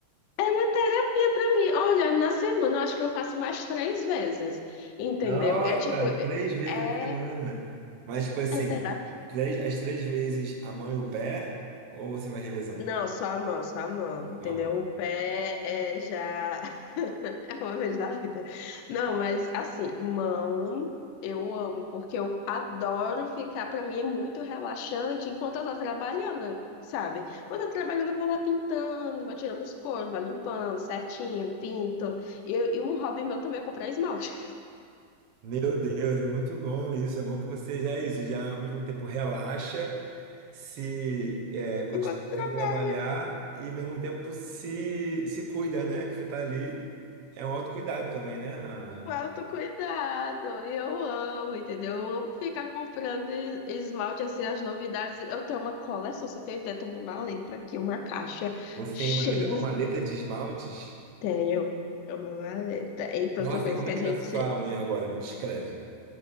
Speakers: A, on the left; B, on the right.
A: É uma terapia pra mim. Olha, na semana eu acho que eu faço mais três vezes, entendeu?
B: Nossa,
A: É tipo,
B: três vezes
A: é,
B: a semana. Mas tipo assim,
A: é terapia
B: três, as três vezes a mão e o pé ou você vai revezando?
A: Não, só a mão, só a mão, entendeu?
B: A mão.
A: O pé é já. <laughs> É uma vez na vida. Não, mas assim, mão eu amo, porque eu adoro ficar. Pra mim é muito relaxante enquanto eu tô trabalhando, sabe? Quando eu tô trabalhando, eu vou lá pintando, vou tirando os coros, vou limpando certinho, pinto. E, e um hobby meu também é comprar esmalte
B: Meu Deus, é muito bom isso. É bom que você já é isso, já ao mesmo tempo relaxa. se é,
A: <laughs>
B: continua,
A: enquanto eu
B: consegue
A: trabalho.
B: trabalhar e ao mesmo tempo se, se cuida, né? Que você tá ali. É um autocuidado também, né? A-
A: O autocuidado, eu amo, entendeu? Eu amo ficar comprando es- esmalte, assim, as novidades. Eu tenho uma coleção, você tem ideia? Eu tenho uma maleta aqui, uma caixa
B: Você
A: cheia
B: tem uma maleta,
A: de...
B: uma
A: es-
B: maleta de esmaltes.
A: Tenho é uma maleta. Então,
B: Nossa,
A: são coisas
B: e como
A: que
B: é
A: a
B: que
A: gente...
B: tá sua unha agora? Me descreve.